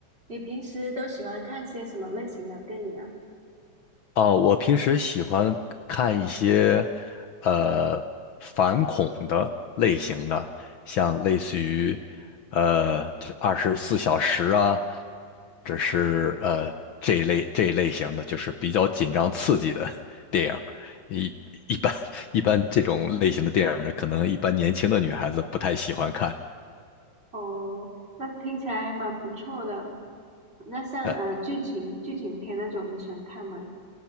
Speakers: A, on the right (about 20°); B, on the left (about 80°).
A: 你平时都喜欢看些什么类型的电影啊？
B: 哦，我平时喜欢看一些呃反恐的类型的，像类似于呃二十四小时啊，或者是呃这一类这一类型的，就是比较紧张刺激的 <laughs> 电影。一一般一般这种类型的电影，可能一般年轻的女孩子不太喜欢看。
A: 哦，那听起来还蛮不错的。那像呃剧情剧情片那种，
B: 呃，
A: 你喜欢看吗？